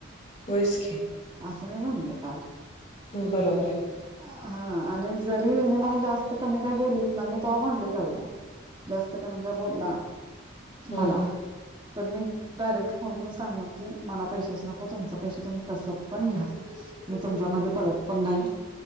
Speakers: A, on the left; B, on the right.
A: होय च की
B: ल काल
A: बरोबर आहे
B: हा आणि जरी ये मला जास्त कमी काय बोललीत ना मी त म्हनले जाऊ जास्त कमी काय बोलला
A: हम्
B: मला तर मी डायरेक्ट फोन करून सांगणार की मला पैशच नको हो तुम पैश तुम्ही कस पण घ्या मी तुमच्या
A: हम्म
B: मध्ये पडत पण नाही